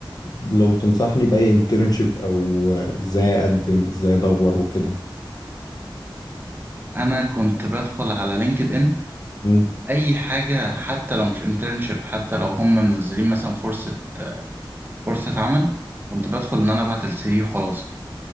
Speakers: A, on the left (about 50°); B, on the right (about 25°).
A: لو تنصحني بأي انترنشيب أو إزاي أقدم إزاي أدور وكده
B: انا كنت بدخل على لينكد ان
A: مم.
B: اي حاجه حتى لو مش انترنشيب حتى لو هم منزلين مثلا فرصه فرصه عمل كنت بدخل ان انا ابعت السي في وخلاص